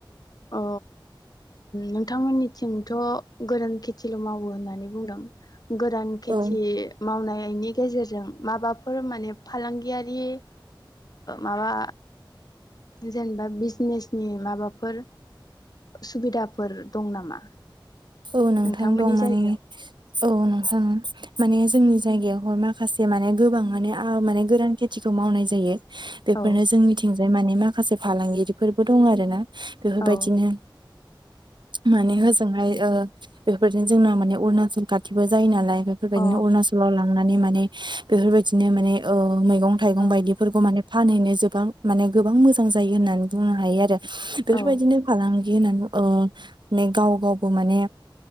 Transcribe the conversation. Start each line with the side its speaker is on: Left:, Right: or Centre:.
Left: औ नोंथांमोननिथिंथ' गोरान खेथिल' मावो होननानै बुंदों गोरान खेथि
Right: औ
Left: मावनायनि गेजेरजों जों माबाफोर माने फालांगियारि माबा जेनेबा बिजनेसनि माबाफोर सुबिदाफोर दं नामा
Right: औ नोंथां
Left: नोंथांमोननि
Right: दं माने
Left: जायगायाव
Right: औ नोंथां माने जोंनि जायगायावहाय माखासे माने गोबां माने गोरान खेथिखौ मावनाय जायो बेफोरनो
Left: औ
Right: जोंनिथिंजाय माने माखासे फालांगिरिफोरबो दं आरो ना बेफोरबायदिनो
Left: औ
Right: माने होजोंहाय ओ बेफोरबायदिनो जोंना माने अरुणाचल खाथिबो जायो नालाय बेफोरबायदिनो
Left: औ
Right: अरुणाचलाव लांनानै माने बेफोरबायदिनो माने ओ मैगं थाइगं
Left: औ
Right: बायदिफोरखौ माने फानहैनो गोबां माने गोबां मोजां जायो होननानै बुंनो हायो आरो बेफोरबायदिनो
Left: औ
Right: फालांगि होननानै ओ गाव गावबो माने